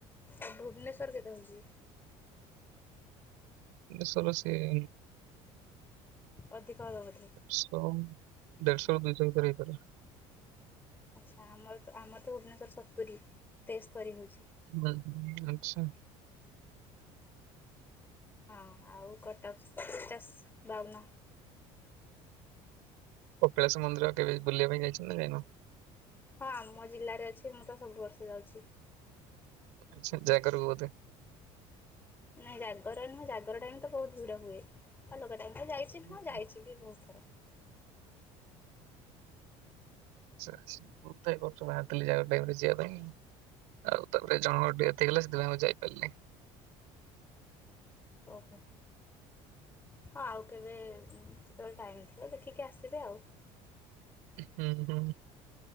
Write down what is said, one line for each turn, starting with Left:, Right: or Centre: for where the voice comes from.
Left: ଆଉ ଭୁବନେଶ୍ଵର କେତେ ହଉଛି?
Right: ମେଶୋ ର ସେଲ୍।
Left: ଅଧିକ ହବ ବୋଧେ।
Right: ଶମ ଦେଢଶ ରୁ ଦୁଇଶ ଭିତରେ ହେଇପାରେ।
Left: ଆଚ୍ଛା ଆମର ତ ଆମର ତ ଭୁବନେଶ୍ୱର ସତୁରି ତେସ୍ତରୀ ହଉଛି।
Right: ହୁଁ ହୁଁ ଆଚ୍ଛା।
Left: ହଁ ଆଉ କଟକ ତ ପଚାଷ ବାଉନ‌।
Right: କପିଳାସ ମନ୍ଦିର କେବେ ବୁଲିବା ପାଇଁ ଯାଇଚ ନା ଯାଇନ।
Left: ହଁ ଆମ ଜିଲ୍ଲାରେ ଅଛି ମୁଁ ତ ସବୁ ବର୍ଷ ଯାଉଛି।
Right: ଆଛା ଜାଗର କୁ ବୋଧେ।
Left: ନାଇଁ ଜାଗର ନୁହେଁ ଜାଗର ଟାଇମ ତ ବହୁତ ଭିଡ ହୁଏ ଅଲଗା ଟାଇମ ରେ ଯାଇ ଛୀ
Right: ଆଚ୍ଛା,
Left: ହଁ ଯାଇଛି ବି ବହୁତ ଥର।
Right: ଆଛା ଆଛା ମୁଁ ତ ଏ ବର୍ଷ ବାହାରଥିଲି ଜାଗର ଟାଇମ ରେ ଯିବା ପାଇଁ। ଆଉ ତାପରେ ଜଣଙ୍କର ଡେଥ ହେଇଗଲା ସେଥିପାଇଁ ଆଉ ଯାଇପାରିଲି ନି।
Left: ଓହୋ। ହଁ ଆଉ କେବେ ଉଁ କେତେବେଳେ ଟାଇମ୍ ଥିବ ଦେଖିକି ଆସିବେ ଆଉ।
Right: ହୁଁ, ହୁଁ।